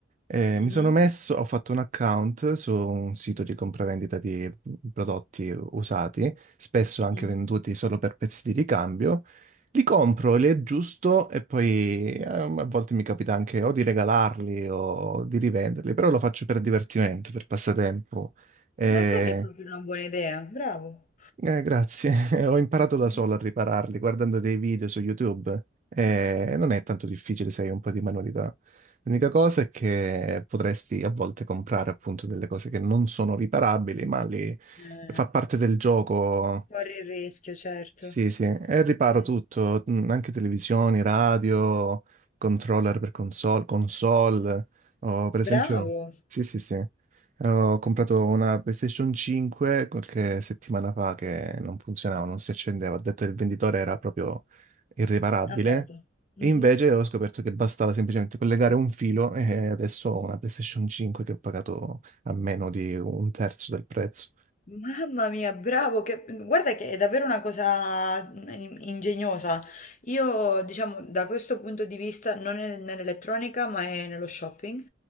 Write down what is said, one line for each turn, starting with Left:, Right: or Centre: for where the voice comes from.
Right: Eh,
Left: Mhm,
Right: mi sono messo, ho fatto un account su un sito di compravendita di prodotti usati, spesso anche
Left: mhm.
Right: venduti solo per pezzi di ricambio. Li compro, li aggiusto e poi ehm, a volte mi capita anche o di regalarli o di rivenderli, però lo faccio per divertimento, per passatempo. Eh,
Left: Ma sai che è proprio una buona idea? Bravo.
Right: eh, grazie, <laughs> ho imparato da
Left: Mhm.
Right: solo a ripararli guardando dei video su YouTube. Eh, non è tanto difficile se hai un po' di manualità. L'unica cosa è che potresti a volte comprare appunto delle cose che non sono riparabili, ma lì
Left: Eh,
Right: fa parte del gioco
Left: corri il rischio, certo.
Right: sì, sì, e riparo
Left: Sì.
Right: tutto, mm, anche televisioni, radio, controller per console, console. Ho, per esempio,
Left: Bravo.
Right: sì, sì, sì, ho comprato una PlayStation 5 qualche settimana fa che non funzionava, non si accendeva. Ho detto che il venditore era proprio irriparabile
Left: Andato. Mhm.
Right: e invece ho scoperto che bastava semplicemente collegare un filo e adesso ho una PlayStation 5 che ho pagato a meno di un terzo del prezzo.
Left: Mamma mia, bravo, che- guarda che è davvero una cosa in- ingegnosa. Io, diciamo, da questo punto di vista, non è nell'elettronica, ma è nello shopping.